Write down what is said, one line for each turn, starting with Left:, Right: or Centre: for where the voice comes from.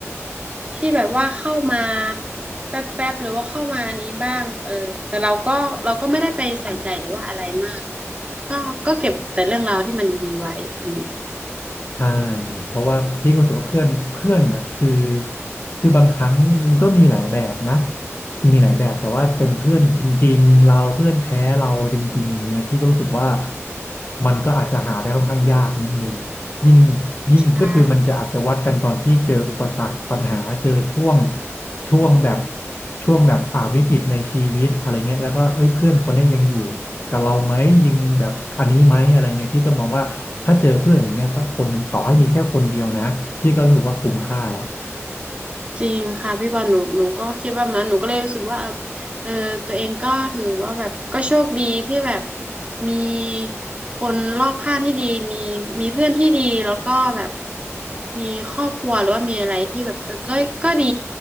Right: ที่แบบว่าเข้ามาแป๊บแป๊บหรือว่าเข้ามาอันนี้บ้างเออแต่เราก็เราก็ไม่ได้ไปใส่ใจหรือว่าอะไรมากก็ก็เก็บแต่เรื่องราวที่มันดีๆไว้อืม
Left: ใช่เพราะว่าพี่ก็รู้สึกว่าเพื่อนเพื่อนนะคือคือบางครั้งมันก็มีหลายแบบนะมีหลายแบบแต่ว่าเป็นเพื่อนจริงๆเราเพื่อนแท้เราจริงๆเนี่ยพี่ก็รู้สึกว่ามันก็อาจจะหาได้ค่อนข้างยากนิดนึงยิ่งยิ่งก็คือมันจะอาจจะวัดกันตอนที่เจออุปสรรคปัญหาเจอช่วง
Right: อ่า
Left: ช่วงแบบช่วงแบบอ่าวิกฤตในชีวิตอะไรเงี้ยแล้วก็เอ้ยเพื่อนคนเนี้ยยังอยู่กับเราไหมยิงแบบอันนี้ไหมอะไรเงี้ยพี่ก็มองว่า ถ้าเจอเพื่อนอย่างเงี้ยสักคนหนึ่งต่อให้มีแค่คนเดียวนะพี่ก็รู้สึกว่าคุ้มค่าแล้ว
Right: จริงค่ะพี่บอลหนูหนูก็คิดว่าแบบนั้นหนูก็เลยรู้สึกว่าเออเออตัวเองก็ถือว่าแบบก็โชคดีที่แบบมีคนรอบข้างที่ดีมีมีเพื่อนที่ดีแล้วก็แบบมีครอบครัวหรือว่ามีอะไรที่แบบเออก็ก็ดี